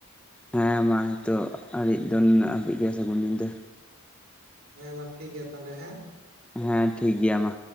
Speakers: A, in the centre; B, on the right.
A: ᱦᱮᱸ ᱢᱟ ᱱᱤᱛᱚᱜ ᱦᱟᱹᱨᱤᱡ ᱫᱚ ᱱᱤᱱᱟᱹᱜ ᱦᱟᱹᱵᱤᱡ ᱜᱮ ᱥᱟᱹᱜᱩᱱ ᱧᱤᱫᱟᱹ
B: ᱦᱮᱸ ᱢᱟ ᱴᱷᱤᱠ ᱜᱮᱭᱟ ᱛᱟᱞᱦᱮ ᱦᱮᱸ
A: ᱦᱮᱸ ᱴᱷᱤᱠ ᱜᱮᱭᱟ ᱢᱟ